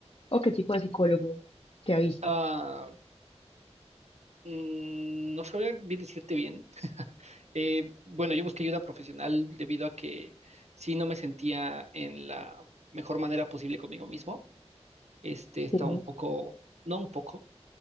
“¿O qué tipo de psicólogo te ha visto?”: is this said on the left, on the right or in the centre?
Left